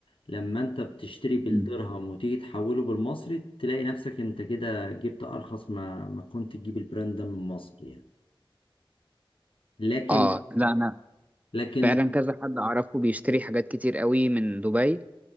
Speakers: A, on the left (about 65°); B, on the right (about 15°).
A: لما انت بتشتري بالدرهم
B: مم.
A: وتيجي تحوله بالمصري تلاقي نفسك انت كده جبت ارخص ما ما كنت تجيب البراند ده من مصر يعني لكن
B: اه لا انا
A: لكن
B: فعلا كذا حد اعرفه بيشتري حاجات كتير قوي من دبي